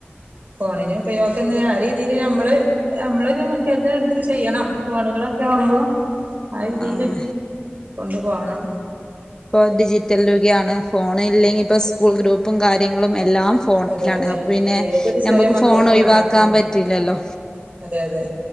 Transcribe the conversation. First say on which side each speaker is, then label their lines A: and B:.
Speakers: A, on the right; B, on the left.
A: ഫോണിന് ഉപയോഗം ആ രീതി അമ്മള് ഞമ്മളൊരു മുൻകരുതലെടുത്ത് ചെയ്യണം ഫോണുകളൊക്കെ ആവുമ്പോ ആ രീതീല്
B: ആഹ്
A: കൊണ്ടു പോകണം
B: ഇപ്പൊ ഡിജിറ്റൽലുഗെയാണ് ഫോൺ ഇല്ലെങ്കി ഇപ്പോ സ്കൂൾ ഗ്രൂപ്പും കാര്യങ് ളും എല്ലാം ഫോണിലാണ്
A: അതെ അതെ
B: അപൊ പിന്നെ
A: ഏതൊരു ചെറിയ
B: ഞമ്മക്ക്
A: മക്കൾക്കും
B: ഫോണൊഴിവാക്കാൻ
A: വേണം ഫോണ്
B: പറ്റൂലല്ലോ
A: അതെ അതെ